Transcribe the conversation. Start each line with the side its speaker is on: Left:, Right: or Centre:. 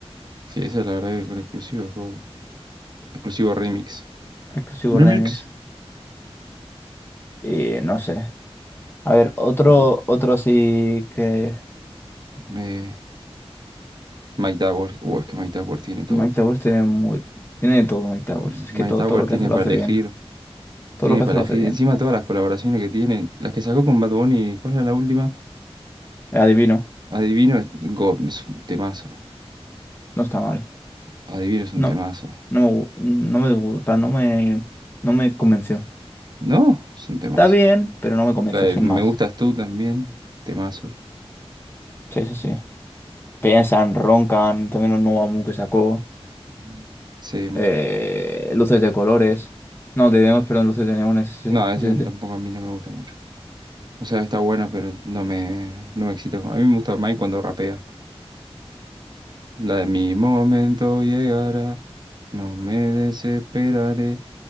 Right: Sí, esa es la verdad que con exclusivo, God. Exclusivo remix.
Left: Exclusivo
Right: Remix.
Left: remix. Y no sé. A ver, otro,
Right: God.
Left: otro así que.
Right: Eh, Mike Tower. Uh, es que Mike Tower tiene todo.
Left: Mike Towers tiene muy. Tiene de todo Mike Towers.
Right: Mike
Left: Es que todo,
Right: Tower
Left: todo lo
Right: tiene
Left: que hace lo
Right: para
Left: hace
Right: elegir.
Left: bien. Todo
Right: Tiene
Left: lo que
Right: para
Left: hace lo
Right: elegir.
Left: hace bien.
Right: Encima todas las colaboraciones que tiene. Las que sacó con Bad Bunny. ¿Cuál era la última?
Left: El adivino.
Right: Adivino es God. Es un temazo.
Left: No está mal.
Right: Adivino es un
Left: No.
Right: temazo.
Left: No me, gu- no me gusta, no me, no me convenció.
Right: No, es un temazo.
Left: Está bien, pero no me convenció,
Right: La de
Left: sin
Right: Me
Left: más.
Right: Gustas Tú también. Temazo.
Left: Sí, sí, sí. piensan, roncan, también un nuevo álbum que sacó,
Right: Mm. Sí.
Left: eh, luces de colores, no, de neones, perdón, luces de neones, sí,
Right: No, esa
Left: sí, sí.
Right: tampoco a mí no me gusta mucho. O sea, está buena, pero no me, no me excita. como- A mí me gusta Mike cuando rapea. La de mi momento llegará, no me desesperaré.